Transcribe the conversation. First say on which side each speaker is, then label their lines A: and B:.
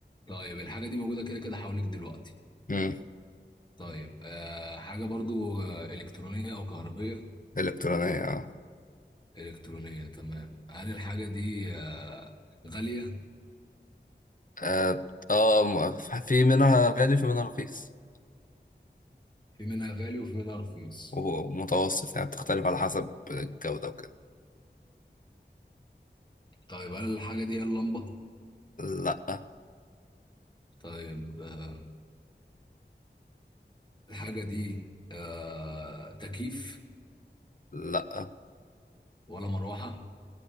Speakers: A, on the left; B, on the left.
A: طيب الحاجه دي موجوده كده كده حواليك دلوقتي
B: امم
A: طيب آه حاجه برضو آه، الكترونيه او كهربيه
B: الكترونيه اه
A: الكترونيه تمام هل الحاجه دي آه غاليه
B: اه آه، م- في منها غالي في منها رخيص
A: في منها غالي وفي منها رخيص
B: ومتوسط يعني بتختلف على حسب الجوده وكده
A: طيب هل الحاجه دي هي اللمبه
B: لا
A: طيب آه، الحاجة دي آه، تكييف
B: لا
A: ولا مروحة